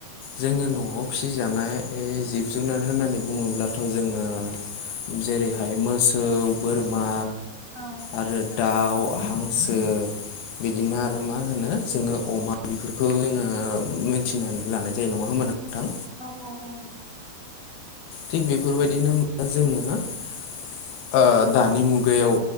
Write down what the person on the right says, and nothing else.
औ
औ
औ
औ-औ-औ।